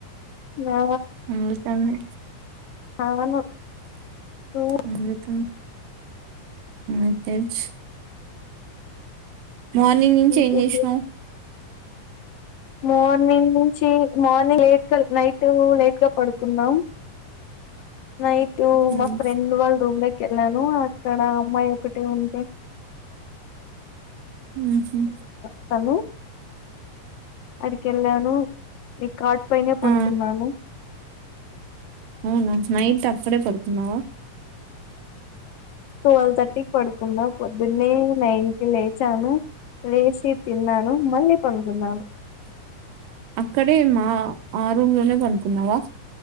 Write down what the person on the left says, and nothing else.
నా
చాను ఊ
ఇంకేంటి
మార్నింగ్ నుంచీ మార్నింగ్ లేట్ గా నైటు లేట్ గా పడుకున్నా నైటు మా
ఫ్రెండ్ వాళ్ళ రూమ్ లోకి వెళ్ళాను ఆ అక్కడ ఆమ్మాయి ఒకటే ఉంటే
హలో ఆడికి యెళ్ళాను రికార్డ్ పైనే పడుకున్నాను
టువెల్ థర్టికి పడుకున్నా పొద్దున్నే నైన్ కి లేచాను లేచి తిన్నాను మళ్ళి పడుకున్నాను